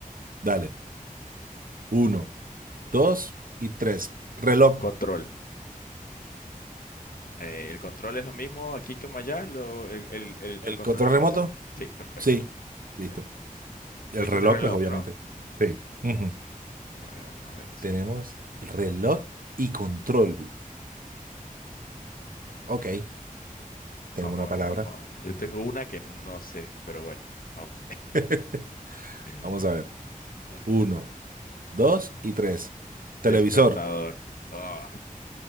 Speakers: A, on the right; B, on the left.
A: Dale. Uno, dos y tres. Reloj.
B: Control. Eh, ¿el control es lo mismo aquí como allá? ¿Lo- el, el- el-
A: ¿El
B: el control
A: control
B: remoto?
A: remoto?
B: Sí, perfecto.
A: Sí. Listo.
B: Excelente.
A: Y
B: Tú
A: el
B: dijiste
A: reloj,
B: reloj,
A: pues obviamente.
B: ¿no?
A: Sí. Ujú.
B: Oye, a ver, vamos a ver eso.
A: Tenemos reloj y control. Ok. Tengo
B: Vamos
A: una
B: a
A: palabra.
B: ver, vamos a ver. Yo tengo una que no sé, pero bueno, vamos.
A: <laughs>
B: <laughs>
A: Vamos a ver.
B: Dale.
A: Uno, dos y tres. Televisor.
B: Despertador. Oh,